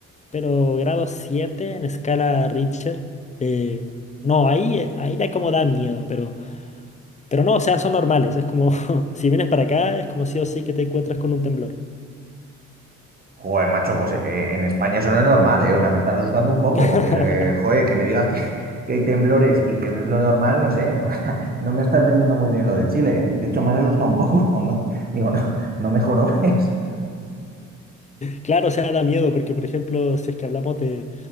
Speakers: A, on the left; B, on the right.
A: pero grado 7 en escala Richter. eh, no, ahí, ahí ya como da miedo, pero, pero no, o sea, son normales. Es como, <laughs> si vienes para acá, es como sí o sí que te encuentras con un temblor.
B: Joder, macho, pues eh, en España eso no es normal, ¿eh? O sea, me estás asustando un poco,
A: <laughs>
B: porque, eh, joder, que me digas que, <laughs> que hay temblores y que no es lo normal, no sé. <laughs> No me estás vendiendo muy bien lo de Chile, ¿eh? De hecho, me has asustado un poco, <laughs> ¿no? Digo, no, no mejoró, <laughs> ¿ves?
A: Claro, o sea, da miedo porque, por ejemplo, si es que hablamos de,